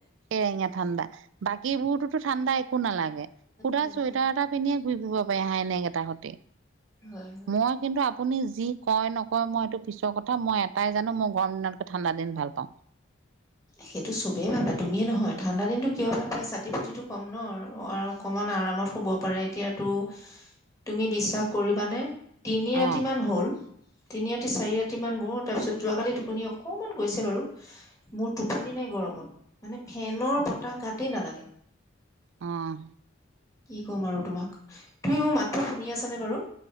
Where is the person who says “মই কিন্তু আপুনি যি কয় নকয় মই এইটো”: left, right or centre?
Right